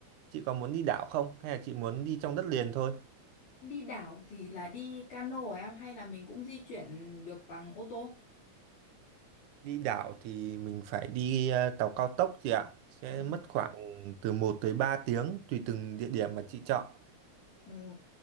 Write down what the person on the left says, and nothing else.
Đi đảo thì là đi cano hả em hay là mình cũng di chuyển được bằng ô tô?
Ờ,
Ồ,